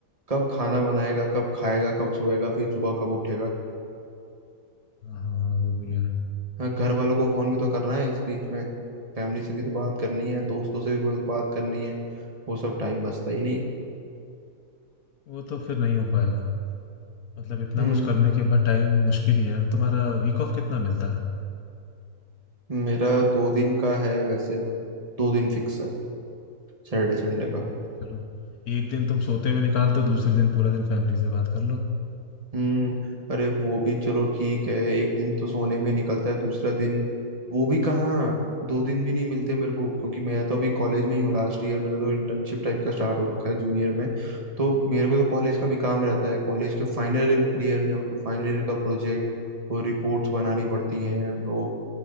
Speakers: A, on the right; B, on the left.
A: कब खाना बनाएगा कब खाएगा कब सोएगा फिर सुबह कब उठेगा
B: हाँ हाँ वो भी है
A: हाँ घर वालों को फोन भी तो करना है इस बीच में फैमिली से भी तो बात करनी है दोस्तों से भी बहुत बात करनी है वो सब टाइम बचता ही नहीं
B: वो तो फिर नहीं हो पाएगा मतलब इतना
A: हम्म
B: कुछ करने के बाद टाइम मुश्किल ही है अब तुम्हारा वीक ऑफ कितना मिलता है
A: मेरा दो दिन का है वैसे दो दिन फिक्स है सैटरडे संडे
B: अरे
A: का
B: चलो एक दिन तुम सोते हुए निकालते हो दूसरे दिन पूरा दिन फैमिली से बात कर लो
A: हम्म अरे वो भी चलो ठीक है एक दिन तो सोने में निकलता है दूसरा दिन वो भी कहाँ दो दिन भी नहीं मिलते मेरे को क्योंकि मैं तो अभी कॉलेज में ही हूँ लास्ट ईयर मेरा तो इंटर्नशिप टाइप का स्टार्ट हो रखा है जूनियर में तो मेरे को तो कॉलेज
B: अच्छा
A: का भी काम रहता है कॉलेज के फाइनल ईयर में हो तो फाइनल ईयर का प्रोजेक्ट वो रिपोर्ट्स बनानी पड़ती हैं वो